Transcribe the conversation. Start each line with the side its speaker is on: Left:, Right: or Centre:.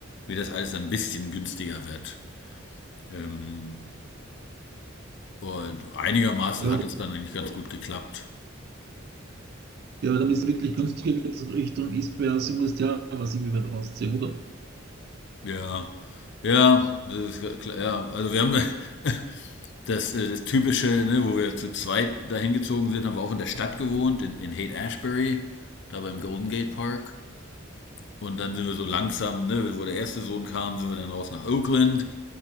Left: wie das alles dann ein bisschen günstiger wird. Ähm, und einigermaßen
Right: Ja.
Left: hat
Right: die-
Left: es dann eigentlich ganz gut geklappt.
Right: ja damit es wirklich günstiger wird Richtung Eastbay, sie muss ja, was ich wie weit rausziehen, oder?
Left: Ja. Ja, das ist klar, ja, also wir haben <laughs> Das, äh, das typische, ne, wo wir zu zweit dahin gezogen sind, haben wir auch in der Stadt gewohnt, in, in Haight Ashbury, da beim Golden Gate Park. Und dann sind wir so langsam, ne, wo der erste Sohn kam, sind wir dann raus nach Oakland.